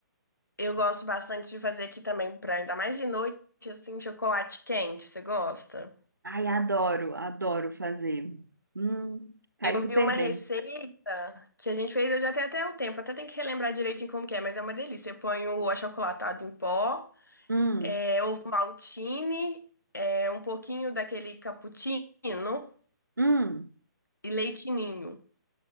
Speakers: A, on the left; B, on the right.
A: Eu gosto bastante de fazer aqui também, pra, ainda mais de noite, assim, chocolate quente. Você gosta?
B: Ai, adoro, adoro fazer. Hum, cai
A: Eu
B: super
A: vi uma receita
B: bem.
A: que a gente fez, eu já tenho até um tempo, até tem que relembrar direitinho como que é, mas é uma delícia. Eu ponho o achocolatado em pó,
B: Hum,
A: é, ovo maltine, é, um pouquinho daquele cappuccino
B: hum.
A: e leite ninho.